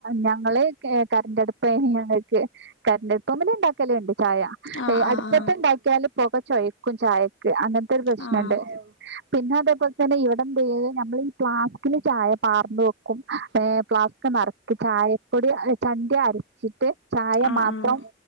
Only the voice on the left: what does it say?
ആഹ്
ആഹ്
ആഹ്
ആഹ്
ആഹ്